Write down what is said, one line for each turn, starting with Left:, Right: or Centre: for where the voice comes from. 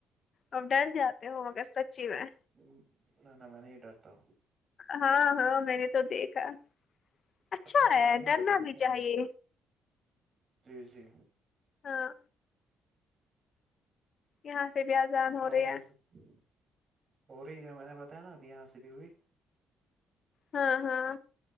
Left: اب ڈر جاتا ہو مگر سچی میں
Right: ہ نا نا مے نہی ڈرتا
Left: ہاں ہاں میں نے تو دیکھا اچھا
Right: قسم سے
Left: ہے
Right: میں نہیں
Left: ڈرنا
Right: رہتا ہوں
Left: بھی
Right: کیا
Left: چاہیے
Right: جی جی
Left: ہاں یہاں سے بھی آذان ہو رہے
Right: اور
Left: ہے
Right: بتائیے ہو رہی ہے میں نے بتایا نا ابھی یہاں سے بھی ہوئی
Left: ہاں ہاں